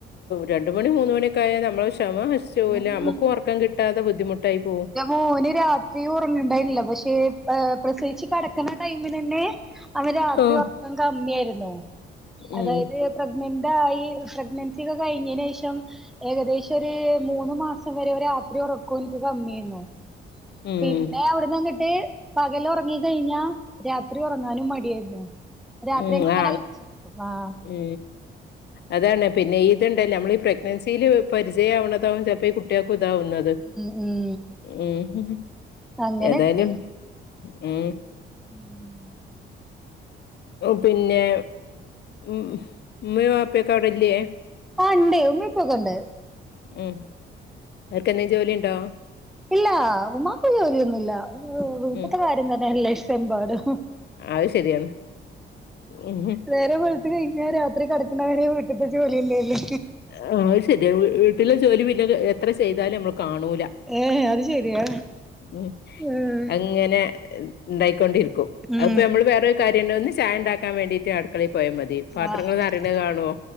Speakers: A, on the left; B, in the centre.
A: രണ്ടു മണി മൂന്ന് മണിയൊക്കായ ഞമ്മള് ക്ഷമ നശിച്ച് പോവുലെ,
B: ഉം
A: അമ്മക്കും ഒർക്കം കിട്ടാതെ ബുദ്ധിമുട്ടായിപ്പോവും.
B: ഓന്ന് രാത്രി ഒർങ്ങ്ണ്‌ണ്ടായ്ന്നില്ല, പക്ഷേ ഏഹ് പ്രസവിച്ച് കടക്ക്ണ ടൈമിലെന്നെ അവന് രാത്രി
A: ഓ
B: ഒറക്കം കമ്മിയായിരുന്നു. അതായത്
A: ഉം
B: പ്രഗ്നെന്റ് ആയി പ്രഗ്നൻസി ഒക്കെ കഴിഞ്ഞേനേഷം ഏകദേശൊര് മൂന്ന് മാസം വരെ ഓൻ രാത്രി ഒറക്കൊൻക് കമ്മിയേന്നു.
A: ഉം
B: പിന്നെ പിന്നെ അവിടുന്നങ്ങട്ട് പകലൊറങ്ങി കഴിഞ്ഞാ രാത്രി ഒറങ്ങാനും മടിയായിരുന്നു. രാത്രി
A: ഉം
B: അങ്ങനെ
A: ആ
B: കളിച്ചടക്കും ആഹ്
A: ഉം അതാണ് പിന്നെ ഇതുണ്ടല്ലോ നമ്മളീ ഈ പ്രഗ്നൻസിൽ പരിചയാവുണതാവും ചെൽപ്പോ ഈ കുട്ടികക്കും താവുന്നത്.
B: ഉം ഉം
A: ത് ഉം
B: അങ്ങനെയൊക്കെ
A: ഏതായാലും ഉം
B: ഉം
A: ഓഹ് പിന്നെ ഉം ഉമ്മീം വാപ്പിയൊക്കെ അവടല്യേ
B: ആഹ് ഇണ്ടെയ് ഉമ്മി പ്പിയൊക്കെണ്ട്
A: ഉം അവർക്കെന്തേം ജോലിണ്ടോ
B: ഇല്ലാ ഉമ്മാക്ക് ജോലിയൊന്നുല്ല. വീട്ട്ത്തെ
A: ഉം
B: കാര്യം തന്നെല്ലേ ഇഷ്ട്ടമ്പാടു.
A: അത് ശരിയാണ് ഉം
B: നേരം വെളുത്ത് കഴിഞ്ഞ രാത്രി കടക്ക്ണവരെ വീട്ട്ത്തെ ജോലിയെല്ലേള്ളെ
A: ആഹ് അത് ശര്യാ. വീ വീട്ടിലെ ജോലി പിന്നെ എത്ര ചെയ്താലും അമ്മള് കാണൂ
B: ഏഹ് അത് ശരിയാ
A: ഉം
B: ഉം
A: അങ്ങനെ ഇണ്ടായിക്കൊണ്ടിരിക്കും.
B: ഉം
A: അപ്പോ നമ്മള് വേറൊരു കാര്യണ്ടൊന്ന് ചായ ഇണ്ടാക്കാൻ വേണ്ടിട്ട അടു ക്കളി പോയാ മതി, പാത്രങ്ങള്
B: ആഹ് അതെ
A: നറീണത് കാണോ,